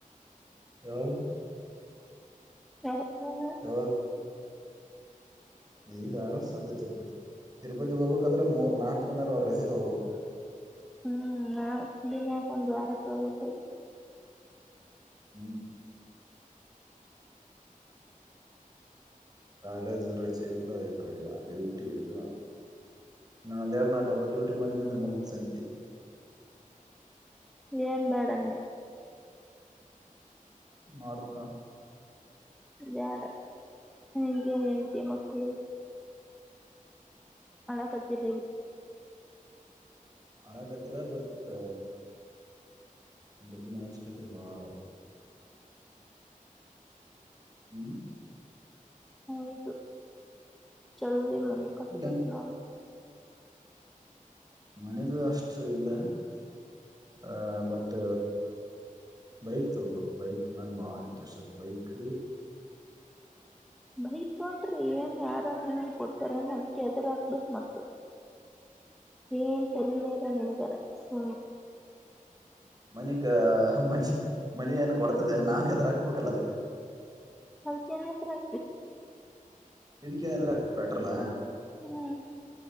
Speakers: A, on the right (about 25°); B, in the centre.
A: ಯಾಯಿ.
B: <inaudible> ಹ್ಮ್ ಹ್ಮ್
A: ಯಾವಾಗ ಈಗ ಆಣಸದಿ. ತಿರುಪತಿ ತಿರುಪತಿ ಹೋಗ್ಬೇಕಾದ್ರ ಮೂರ್ ನಾಕ್ ದಿನಾರ ಅವ್ರ ರಜೆ ತಗೋಬೇಕು.
B: ಹ್ಮ್ ನಾ ದಿನಾಕ ಒಂದ ವಾರ ತ ಹೋಗಕುದು.
A: ಹ್ಮ್ ಕಾಲೇಜು ರಜೆ ಇಲ್ಲಾ ಈ ಕಡೆ ಡ್ಯೂಟಿ ಅದು ನಾಲಣ ಡಬಲ್ ಡ್ಯೂಟಿ ಮಾಡಿದದ್ರ ಮುಗಿತ್ ಸಂತಿ.
B: ಏನ್ ಬ್ಯಾಡಮ್ಮಿ.
A: ಮಾಡ್ತಾ.
B: ಬ್ಯಾಡಾ ಹಂಗೆ ಹೆಂಡ್ತಿ ಮಕ್ಳು. ಅಳಾಕತಿಲ ಇಲ್.
A: ಅಳಾಕತಿಲ್ಲ ಬಟ್ ದುಡ್ಡಿನ ಅವಶ್ಯಕತೆ ಬಾಳ ಹ್ಮ್
B: ಹೌದು ಜಲ್ದಿ ಮಾ ಕಟ್ಟ
A: ಈಗ
B: ನ
A: ಮನಿದು ಅಷ್ಟ ಇಲ್ಲ ಅಹ ಬಟ್ ಬೈಕ್ ತಗೋಬೇಕು ಬೈಕ್ ಮೇಲೆ ಬಾಳ ಇಂಟ್ರೆಸ್ಟ್ ಆತ್ ಬೈಕ್
B: ಬೈಕ್ಂದ್ರೆ ಏನ್ ಯಾರ ಏನನ್ ಕೊಡ್ತಾರ ಅದಕ್ಕೆ ಎದರಕ್ಬೇಕ ಮ ಏನ್ ತಲನೇಲ್ಲ ನೆನಗಾರ ಸು
A: ಮನಗ ಮಚ ಮನಿ ಏನ್ ಕೊಡ್ತಾದೆನ್ ನಾನ್ ಹೆದ್ರಾಕ್ಬೇಕಲ್ಲ ಅದಕ್ಕೆ
B: ಹೌ ಕೆನತ್ರರಿ
A: ಇದಕ್ಕ ನಾದ್ರ ಆಗ್ತದೆ ಪೆಟ್ರೋಲಾ
B: ಹ್ಮ್